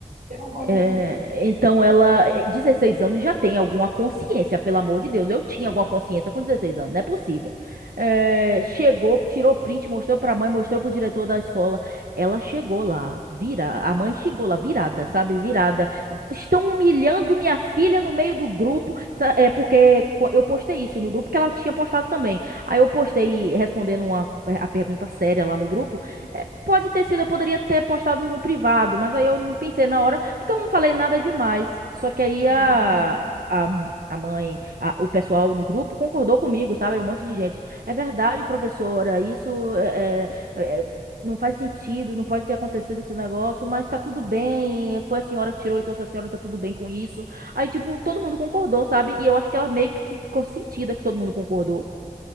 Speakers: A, on the right; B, on the right.
A: Pelo amor
B: é,
A: de Deus.
B: então ela, eh, 16 anos já tem alguma consciência, pelo amor de Deus. Eu tinha alguma consciência com 16 anos, não é possível. Eh, chegou, tirou print, mostrou pra mãe, mostrou pro diretor da escola. Ela chegou lá, vira, a mãe chegou lá, virada, sabe? Virada. Estão humilhando minha filha no meio do grupo, sa- é porque qu- eu postei isso no grupo que ela tinha postado também. Aí eu postei respondendo uma, a pergunta séria lá no grupo. É, Pode ter sido, eu poderia ter postado no privado, mas aí eu não pensei na hora. Porque eu não falei nada demais. Só que aí
A: Aham.
B: a, a, a mãe, a- o pessoal no grupo concordou comigo, sabe? Um monte de gente. É verdade, professora, isso é, é- é- não faz sentido, não pode ter acontecido esse negócio, mas tá tudo bem. Foi a senhora que tirou, então se a senhora tá tudo bem com isso. Aí, tipo, todo mundo concordou, sabe? E eu acho que ela meio que ficou sentida que todo mundo concordou.